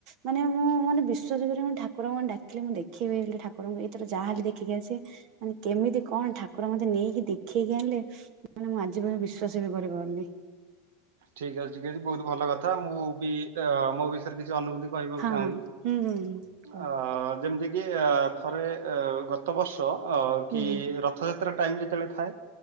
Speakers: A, on the right; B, on the right.
A: ମାନେ ମୁଁ ମାନେ ବିଶ୍ୱାସ କରିବନି ଠାରଙ୍କୁ ମାନେ ଡାକିଲି ମୁଁ ଦେଖିବି ବୋଲି ଠାକୁରଙ୍କୁ ଏଇଥର ଯାହାଲେ ଦେଖିକି ଆସିବି ମାନେ କେମିତି କଣ ଠାକୁର ମତେ ନେଇକି ଦେଖେଇକି ଆଣିଲେ ମାନେ ମୁଁ ଆଜି ପର୍ଯ୍ୟନ୍ତ ବିଶ୍ଵାସ ବି କରିପାରୁନେଇ।
B: ଠିକ ଅଛି ଠିକ ଅଛି ବୋହୁତ ଭଲ କଥା ମୁଁ ବି ଅ ମୋ ବିଷ ୟରେ କିଛି ଅନୁଭୂତି କହିବାକୁ
A: ହଁ
B: ଚାହୁଁନି
A: ହଁ ହୁଁ ହୁଁ ହୁଁ କହ
B: ଆ ଯେମତି ବି ଏ ଥରେ ଏ ଗତ ବର୍ଷ୍ ତ ଅ
A: ହୁଁ
B: କି ରଥଯାତ୍ରା ଟାଇମ ଯେତେବେଳେ ଥାଏ